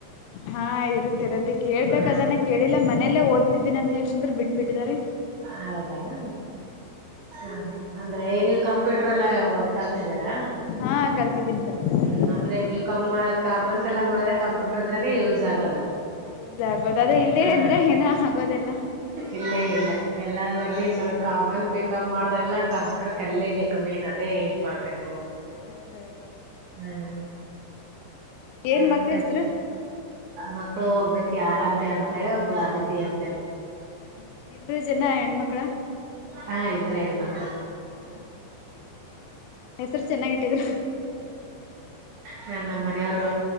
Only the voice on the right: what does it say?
ಹಾ
ಹೌದಾನ? ಹ ಅಂದ್ರೆ ನೀವ್ ಕಂಪ್ಯೂಟರೆಲ್ಲ ಕಲ್ತಿದ್ದೀರಾ
ಹ್ಮ್ ಅಂದ್ರೆ ಬಿ. ಕಾಂ ಮಾ ಕಾಮರ್ಸ್ ಎಲ್ಲಾ ಮಾಡಿದ್ರೆ ಕಂಪ್ಯೂಟರ್ ಅಂದ್ರನೇ ಯೂಸ್ ಆಗೋದು.
ಹಾ
ಇಲ್ಲ ಇಲ್ಲ ಎಲ್ಲದ್ ಲ್ಲಿ ಸ ಕಾಮರ್ಸ್ ಬಿ ಕಾಂ ಮಾಡದಲ್ಲ ಕಂಪ್ಯೂಟರ್ ಕಲಿಲೇ ಬೇಕು ಮೈನ್ ಆಗಿ ದೇ ಇಂಪಾರ್ಟೆಂಟು
ಹ್ಮ್.
ಮತ್ತೆ
ಮಕ್ಕಳು ಹೋಗ್ಬೇ ಕ್ಯರಾಧ್ಯೇ ಅಂತೇಳಿ ಒಬ್ಬಳು ಅದಿತಿ ಅಂತೇಳಿ.
ಹಾ ಇಬ್ರೇ ಹೆಣ್ ಮಕ್ಳು.
ಹ ನಮ್ಮ ಮನೆಯವರು